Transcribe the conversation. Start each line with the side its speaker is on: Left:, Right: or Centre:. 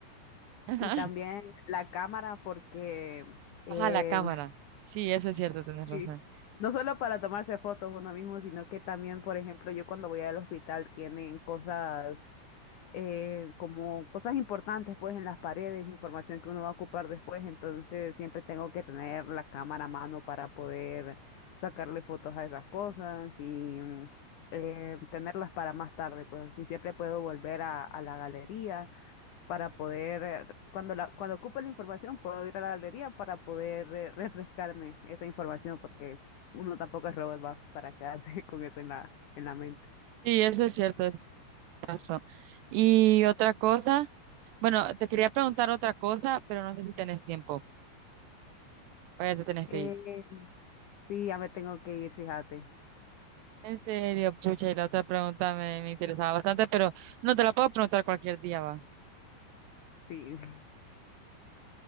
Right: <laughs> ajá,
Left: y también la cámara porque eh,
Right: ajá, la cámara. Sí, eso es cierto,
Left: <laughs>
Right: tienes
Left: sí,
Right: razón.
Left: no solo para tomarse fotos uno mismo, sino que también, por ejemplo, yo cuando voy al hospital tienen cosas eh, como cosas importantes pues en las paredes, información que uno va a ocupar después, entonces siempre tengo que tener la cámara a mano para poder sacarle fotos a esas cosas y mm, eh, tenerlas para más tarde, pues así siempre puedo volver a, a la galería para poder, eh, cuando la, cuando ocupe la información, puedo ir a la galería para poder eh, <laughs> refrescarme esa información, porque uno tampoco es robot va para quedarse <laughs> con eso en la, en la mente.
Right: Sí, eso es cierto, es razón. Y otra cosa, bueno, te quería preguntar otra cosa, pero no sé si tenés tiempo, vaya, te tenés
Left: Eh,
Right: que ir.
Left: sí, ya me tengo que ir, fíjate.
Right: En serio, pucha, y la otra pregunta me, me interesaba bastante, pero no te la puedo preguntar cualquier día, va.
Left: Sí, <laughs>